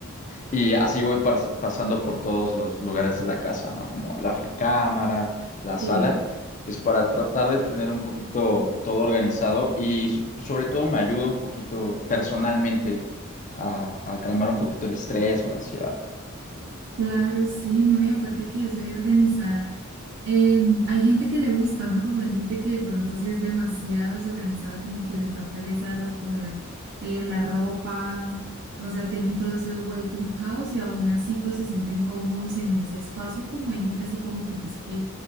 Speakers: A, on the left; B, on the right.
A: Y así voy pas- pasando por todos los lugares de la casa, ¿no? Como la recámara, la sala.
B: ¿qué?
A: Es para tratar de tener un poquito todo organizado y so- sobre todo me ayuda un poquito personalmente a, a calmar un poquito el estrés o la ansiedad.
B: Claro, sí, ¿no? Y aparte que eso de organizar, em, hay gente que le gusta, ¿no? Como hay gente que de pronto sí es demasiado desorganizada, como que les da pereza recoger eh, la ropa, o sea, tienen todo eso devuelto un caos y aún así pues se sienten cómodos en ese espacio, como hay gente así como tú, pues que,